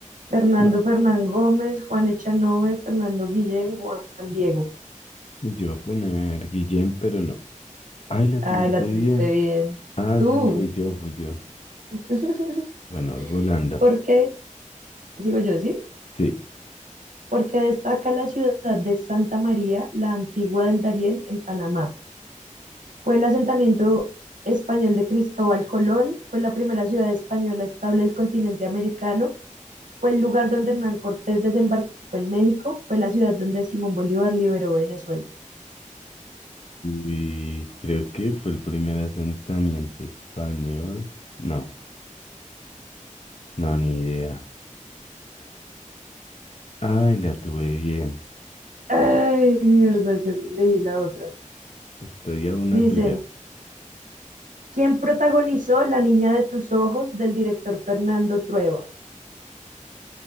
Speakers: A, on the right; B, on the left.
A: Fernando
B: No,
A: Fernán Gómez, Juan Echanove, Fernando Guillén, Juan Diego.
B: yo iba a poner Guillem, pero no. Ay, la tuviste
A: Ay, la
B: bien.
A: tuviste bien.
B: Ah,
A: Tú.
B: sí, fui yo, fui yo.
A: <laughs>
B: Bueno, voy volando.
A: ¿Por qué? Sigo yo, ¿sí?
B: Sí.
A: Porque destaca la ciudad de Santa María, la antigua del Darién, en Panamá. Fue el asentamiento español de Cristóbal Colón, fue la primera ciudad española estable del continente americano Fue el lugar donde Hernán Cortés desembarcó en México, fue la ciudad donde Simón Bolívar liberó Venezuela.
B: Y creo que fue el primer asentamiento español. No, no, ni idea. Ay, la tuve bien.
A: Ay, mierda, yo leí la otra.
B: Estoy a una
A: Dice,
B: tuya.
A: ¿quién protagonizó La niña de tus ojos del director Fernando Trueba?